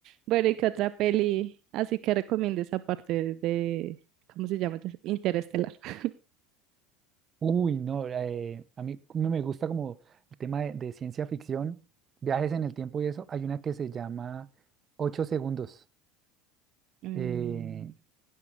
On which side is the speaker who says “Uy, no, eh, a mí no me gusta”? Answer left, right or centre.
Right